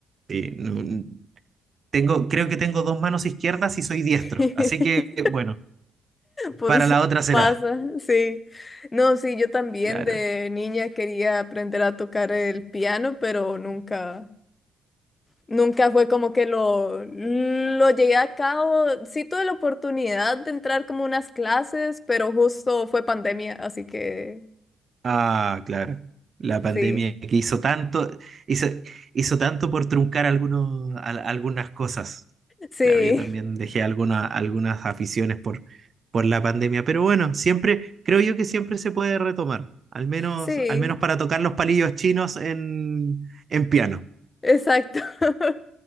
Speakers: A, on the right; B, on the left.
A: eh, no- tengo, creo que tengo dos manos izquierdas y soy diestro,
B: <laughs>
A: así que bueno,
B: Pues
A: para la otra será,
B: pasa, sí. No, sí, yo también
A: claro.
B: de niña quería aprender a tocar el piano, pero nunca, nunca fue como que lo, lo llegué a cabo. Sí tuve la oportunidad de entrar como unas clases, pero justo fue pandemia, así que
A: Ah, claro. La pandemia
B: sí,
A: que hizo tanto, hizo, hizo tanto por truncar algunos, al- algunas cosas.
B: sí,
A: Claro, yo también dejé alguna- algunas aficiones por, por la pandemia, pero bueno, siempre, creo yo que siempre se puede retomar, al menos,
B: sí,
A: al menos para tocar los palillos chinos en, en piano.
B: exacto. <laughs>